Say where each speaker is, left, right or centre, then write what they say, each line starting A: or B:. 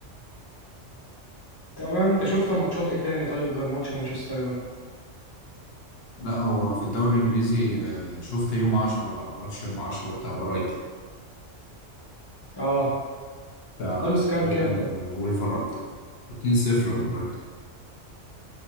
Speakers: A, on the left; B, on the left.
A: تمام انت شفت ماتشات ايه تاني طيب غير ماتش مانشستر يونايتد
B: لا هو في الدوري الإنجليزي آه، شفت يوم 10 بقى ماتش يوم 10 بتاع برايتون
A: اه
B: بتاع
A: خلص كام كام ده
B: ولفرهامبتون 2-0 برايتون